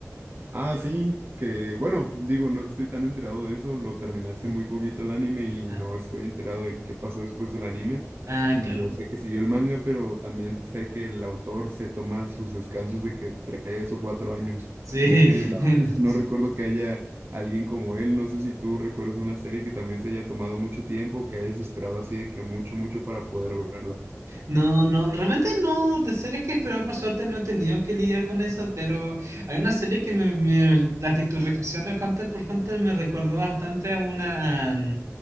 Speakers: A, on the right (about 45°); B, on the right (about 75°).
A: Ah, sí, que bueno, digo, no estoy tan enterado de eso, lo terminé hace
B: Sí.
A: muy poquito el anime y
B: Ah,
A: no estoy enterado de qué pasó después del anime.
B: ah,
A: Mm,
B: claro.
A: Yo sé que siguió el manga, pero también sé que el autor se toma sus descansos de que tres o cuatro años.
B: Sí,
A: <laughs> La
B: <laughs>
A: verdad es que no recuerdo que haya alguien como él, no sé si tú recuerdas una serie que también se haya tomado mucho tiempo, que hayas esperado así de que mucho, mucho para poder verla.
B: No, no, realmente no, de series que esperaba por suerte no he tenido que lidiar con eso, pero hay una serie que me, me- la tu descripción de Hunter por Hunter me recordó bastante a una, mm,